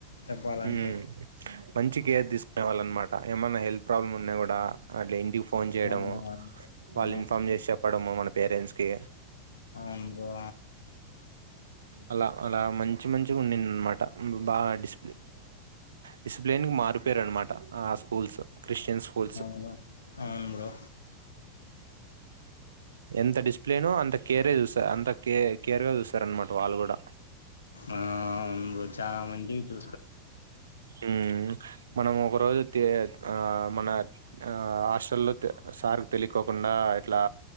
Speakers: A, on the left; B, on the right.
A: చెప్పాలంటే
B: మ్ మంచి కేర్ తి కావ్వాలన్నమాట ఏమైన్నా హెల్ప్ ప్రాబ్లమ్ ఉన్నాయి కూడా, అగా ఇంటికి ఫోన్ చేయడము,
A: అవునవును బ్రో.
B: వాళ్ళు
A: ఆ,
B: ఇన్ఫార్మ్ చేసి చెప్పడము మన పేరెంట్స్ కి
A: అవును బ్రో
B: అలా అలా మంచి మంచిగా ఉండింది అనమాట బా ఆ డిసిప్లేన్ కి మారుపేరు అనమాట ఆ స్కూల్స్, క్రిస్టియన్ స్కూల్స్
A: ఆ, అవును అవును బ్రో
B: ఎంత డిసిప్లేన్ అ కేరే చూస్తారు అంత కే కేరగా చూస్తార అనమాట వాళ్ళు కూడా
A: ఆ అవును చాలా మంది చూ
B: మ్ మనం ఒక రోజు ఆ మన ఆ హాస్టల్లో సార్కి తెలియకోకుండా ఇట్లా